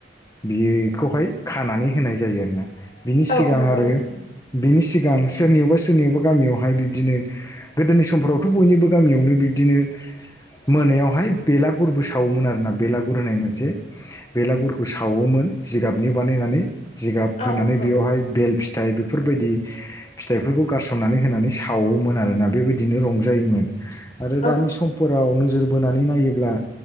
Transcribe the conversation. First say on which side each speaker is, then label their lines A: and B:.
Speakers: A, on the left; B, on the left.
A: बेखौहाय खानानै होनाय जायो आरोना बिनि
B: औ
A: सिगां
B: नंगौ
A: आरो
B: नोंथां
A: बिनि सिगां सोरनियावबा सोरनियावबा गामियावहाय बिब्दिनो गोदोनि समफोरावथ' बयनिबो गामियावनो बिब्दिनो मोनायावहाय बेलागुरबो सावोमोन आरोना बेलागुर होननाय मोनसे बेलागुरखौ सावोमोन जिगाबनि बानायनानै जिगाब फोनानै
B: औ
A: बेवहाय
B: नंगौ
A: बेल्ट फिथाइ बेफोरबायदि फिथाइफोरखौ गारसननानै होनानै सावोमोन आरोना बेबायदिनो रंजायोमोन आरो
B: औ
A: दानि समफोराव नोजोर बोनानै नायोब ब्ला